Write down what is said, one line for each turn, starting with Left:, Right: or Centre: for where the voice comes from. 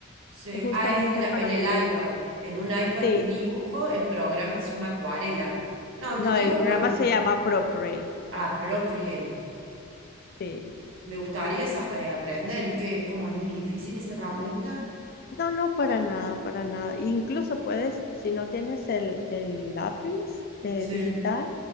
Right: Sí.
Left: es justamente
Right: Ah, es el- en
Left: para
Right: el
Left: dibujo.
Right: iPad. En un iPad
Left: Sí,
Right: de dibujo, el programa se llama Acuarela. No,
Left: no,
Right: te digo
Left: el programa
Right: porque.
Left: se llama Procreate.
Right: Ah, Procreate.
Left: Sí.
Right: Me gustaría sa- eh, aprender. ¿Y que ¿Cómo es? ¿Es difícil esa herramienta?
Left: No, no, para nada, para nada. Incluso puedes, si no tienes el, el lápiz eh,
Right: Sí.
Left: digital,